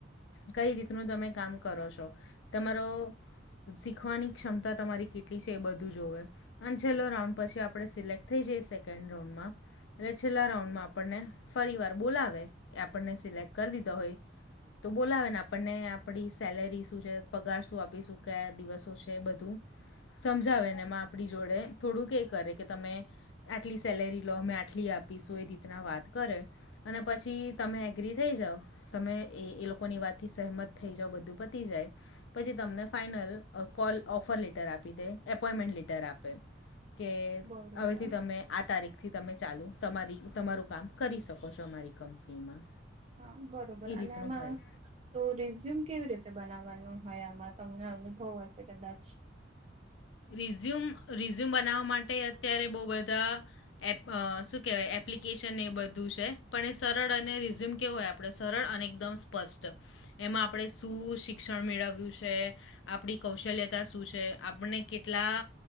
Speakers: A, on the left; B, on the right.
A: કઈ રીતનું તમે કામ કરો છો તમારો શીખવાની ક્ષમતા તમારી કેટલી છે એ બધું જોવે અને છેલ્લો રાઉન્ડ પછી આપણે સિલેક્ટ થઈ જઈએ સેકન્ડ રાઉન્ડમાં એટલે છેલ્લા રાઉન્ડમાં આપણને ફરી વાર બોલાવે આપણને સિલેક કરી દીધા હોય તો બોલાવેને આપણને. આપ સેલેરી શું છે પગાર શું આપીશું કયા દિવસો છે બધું સમજાવે. એમાં આપણી જોડે થોડું ક કરે કે તમે. આટલી સેલેરી લો અમે આટલી આપીશું એ રીતના વાત કરે. અને પછી તમે એગ્રી થઈ જાાવ તમે એ એ લોકોની વાતથી સહમત થઈ જાાવ બધું પ. જાય પછી. તમને ફાાઈનલ કોલ ઓફર લેટર આપી દે એપોઈન્ટમેન્ટ લેટર આપે. કે
B: બરોબર
A: હવેથી તમે આ તારીખે. થી તમે ચાલુ તમારી તમારું કામ કરી શકો છો અમારી કંપનીમાં.
B: હા બરોબર
A: એ
B: અને
A: રીતનું
B: આમાં.
A: હોય
B: તો રીઝ્યુમ કેવી રીતે બનાવવાનું હોય આમાં તમને અનુભવ હશે કદાચ.
A: રિઝ્યુમ રિઝ્યુમ બનાવવા માટે અત્યારે બહુ બધા. એપ શું કેહેવાય એપ્લિકેશન એ બધું છે પણ એ સરળ અને રિઝ્યુમ કેવું હોય આપ. આપણે સરળ અને એકદમ સ્પષ્ટ. એમાં આપણે શું શિક્ષણ મેળવ્યું છે આપણી કૌશલ્યતા શું છે આપને. કેટલા